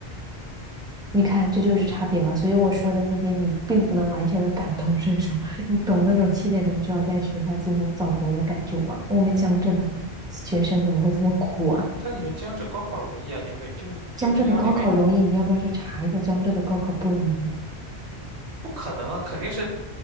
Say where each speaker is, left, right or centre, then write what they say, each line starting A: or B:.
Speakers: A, in the centre; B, on the right (about 85°).
A: 你看，这就是差别吧。所以我说的那些，你并不能完全的感同身受。<laughs> 你懂那种七点钟就要在学校进行早读的感觉吗？我们江浙的学生怎么会这么苦啊？
B: 但你们江浙高考容易啊，你没就是竞争压力没这，
A: 江浙的高考容易，你要不要去查一下江浙的高考不容易？
B: 不可能啊，肯定是